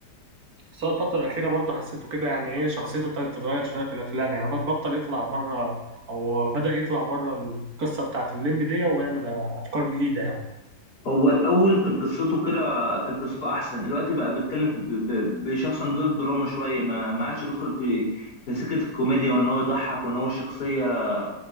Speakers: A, on the right; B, on the left.
A: بس هو الفتره الاخيره برضه حسيته كده يعني ايه شخصيته ابتدت تتغير شويه في الافلام يعني بطل يطلع بره او بدا يطلع بره القصه بتاعت الليمبي دي ويعمل افكار جديده يعني
B: هو الاول كان قصته كده كان قصته احسن الوقت بقى بيتكلم في- ب- ب- بشخص عن دور الدراما شويه ما ما عادش بيدخل في في سكه الكوميديا وان هو يضحك وان هو الشخصيه